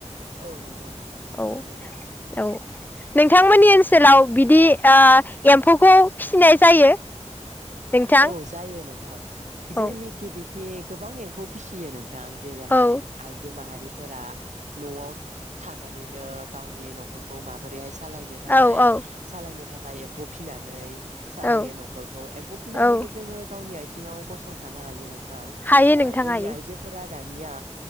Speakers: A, on the right; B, on the left.
A: औ नोंगौ नोंथां
B: औ
A: थारैनो नोंगौ।
B: औ नोंथांमोननि ओनसोलाव बिदि ओ एम्फौखौ फिसिनाय जायो। नोंथां
A: औ जायो नों जोंनि
B: औ
A: गिबि खि गोबां एम्फौ फिसियो नों थां जेरैहाय
B: औ
A: आइजो माहारि बेफोरा न'आव थानानैनो गावनि' नखरखौ माबोरैहाय स सालायनो थाखाय
B: औ औ
A: सालायनो थाखाय एम्फौ फिनानै सालायो
B: औ
A: न'खरखौ एम्फौ फिनानैबो
B: औ
A: जोङो गावनि नि आइथिं आव गसंथानो हायो नों थां
B: हायो
A: ओ
B: नोंथां
A: जोंनि
B: हायो
A: आइजोफोरा दानिया